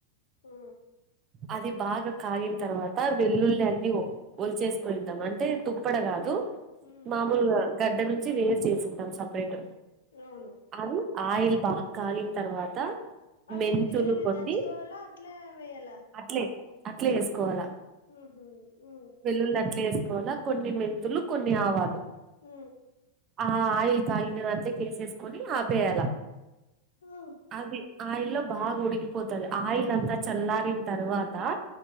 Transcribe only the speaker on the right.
అది బాగా కాగిన తర్వాత వెల్లుల్లి అన్ని ఒ ఒలిచేసుకునిద్దాం అంటే తుప్పడ కాదు
మామూలుగా గడ్డ నుంచి వేరు చేసింటాం సపరేట్
అది ఆయిల్ బాగా కాగిన తర్వాత
మెంతులు
కొన్ని
అట్లే అట్లే వేసుకోవాల
వెల్లుల్లి అట్లే వేసుకోవాలా కొన్ని మెంతులు కొన్ని ఆవాలు
ఆ ఆయిల్ కాగిండే దాంట్లో కేసేసుకొని ఆపేయాల
అది ఆయిల్ లో బాగా ఉడికిపోతుది ఆయిల్ అంతా చల్లారిన్ తర్వాత